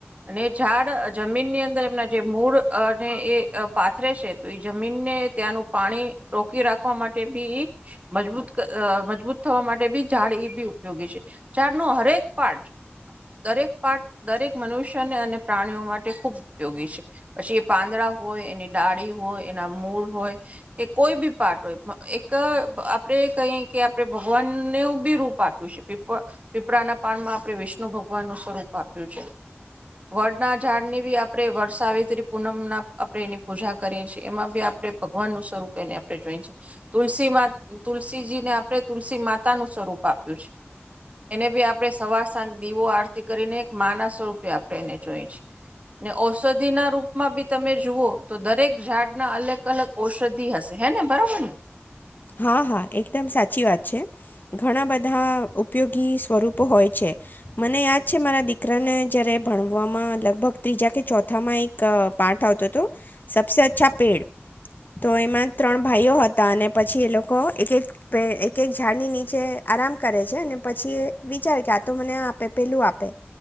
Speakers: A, on the right; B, on the left.
A: અને ઝાડ જમીનની અંદર એમના જે મૂળ અને એ પાથરે છે તો એ જમીનને ત્યાંનું પાણી રોકી રાખવા માટે ભી મજબૂત અ મજબૂત થવા માટે બી ઝાડ એ બી ઉપયોગી છે. ઝાડ ન હરેક પાર્ટ દરેક પાર્ટ દરેક મનુષ્યને અને પ્રાણીઓ માટે ખૂબ ઉપયોગી છે પછી એ પાંદડા હોય એની ડાળી હોય એના મૂળ હોય કે કોઈ બી પાર્ટ હોય એક આપણેે કહી કે આપણે ભગવાનનેવ બી રૂપ આપ્યું છે પીપ પીપળાના પાનમાં આપણે વિષ્ણુ ભગવાન નું સ્વરૂપ આપ્યું છે. વડના ઝાડ ની બી આપડે વર્ષ આવી ત પૂનમ ના આપણે એની પૂજા કરીએ છીએ એમાં બી આપણે ભગવાન નું સ્વરૂપ એને આપણે જોઈ છએ તુલસી માં તુલસીજીને આપણે તુલસી માતાનું સ્વરૂપ આપ્યું છે એને બી આપણે સવાર સાંજ દીવો આરતી કરીને એક માના સ્વરૂપે આપણે એને જોઈ છે ને ઔષધિના રૂપમાં બી તમે જુઓ તો દરેક ઝાડના અલગ અલગ ઔષધિ હશે હે ને બરાબર ને.
B: હા હા એકદમ સાચી વાત છે ઘણા બધા ઉપયોગી સ્વરૂપો હોય છે મને યાદ છે મારા દીકરાને જયારે ભણવામાં લગભગ ત્રીજા કે ચોથામાં એક પાઠ આવતો હતો સબસે અચ્છા પેડ તો એમાં ત્રણ ભાઈઓ હતા અને પછી એ લોકો એક એક પે એક એક ઝાડની નીચે આરામ કરે છે અને પછી એ વિચારે કે આ તો મને આ આપે પહેલું આપે